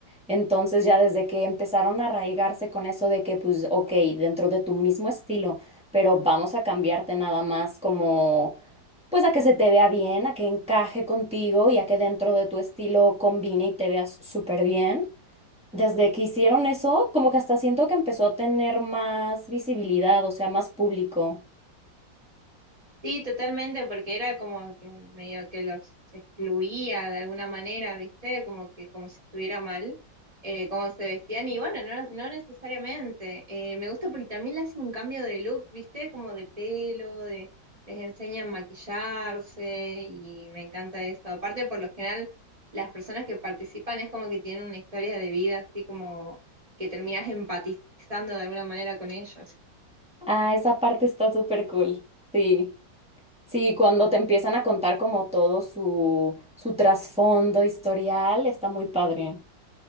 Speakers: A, in the centre; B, on the right (about 20°).
A: Entonces ya desde que empezaron a arraigarse con eso de que, pues, ok, dentro de tu mismo estilo, pero vamos a cambiarte nada más como, pues a que se te vea bien, a que encaje contigo y a que dentro de tu estilo combine y te veas súper bien. Desde que hicieron eso, como que hasta siento que empezó a tener más visibilidad, o sea, más público.
B: Sí, totalmente, porque era como que medio que los excluía de alguna manera, ¿viste? Como que como si estuviera mal, eh, cómo se vestían, y bueno, no, no necesariamente. Eh, me gusta porque también le hacen un cambio de look, ¿viste? Como de pelo, de, les enseñan a maquillarse, y me encanta eso. Aparte, por lo general, las personas que participan es como que tienen una historia de vida, así como que terminás empatizando de alguna manera con ellos.
A: Ah, esa parte está súper cool. Sí, sí, cuando te empiezan a contar como todo su, su trasfondo historial, está muy padre.